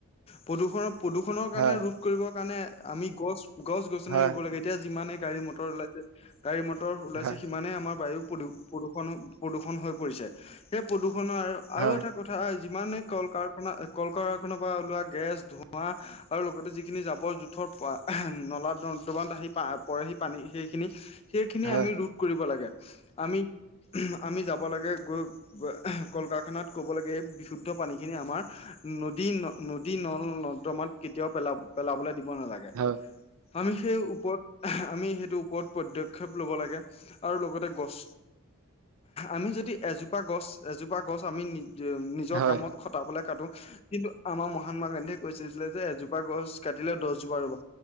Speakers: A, on the left (about 25°); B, on the right (about 80°).
A: প্ৰদূষণৰ, প্ৰদূষণৰ, কাৰণে
B: হয়
A: ৰোধ কৰিবৰ কাৰণে আমি গছ, গছ-গছনি
B: হয়
A: ৰুব লাগে এতিয়া যিমানে গাড়ী-মটৰ ওলাইছে, গাড়ী-মটৰ ওলাইছে
B: হয়
A: সিমানে আমাৰ বায়ুক প্ৰদূষণ, প্ৰদূষণ হৈ পৰিছে সেই প্ৰদূৰণৰ আৰু
B: হয়
A: এটা কথা। যিমানে কল কাৰখানা, কল কাৰখানাৰ পৰা ওলোৱা গেছ, ধোঁৱা, আৰু লগতে যিখিনি জাবৰ -জোথৰ নলা দমান আহি প পৰে সি পানী সেইখিনি সেইখিনি
B: হয়
A: আমি ৰোধ কৰিব লাগে। আমি আমি যাব লাগে, গৈ কল কাৰখানাত কব লাগে এই বিশুদ্ধ পানীখিনি আমাৰ নদী ন নদী নল নৰ্দমাত কেতিয়াও পেলাব পেলাবলৈ দিব নালাগে।
B: হয়
A: আমি সেই ওপৰত আমি সেইটো ওপৰত পদক্ষেপ ল'ব লাগে আৰু লগতে গছ, আমি যদি এজোপা গছ, এজোপা গছ আমি নি যে নিজৰ
B: হয়
A: কামত খটাবলৈ কাটো। কিন্তু আমাৰ মহাত্মা গান্ধীয়ে কৈছিলছিলে যে এজোপা গছ কাটিলে দছজোপা ৰুবা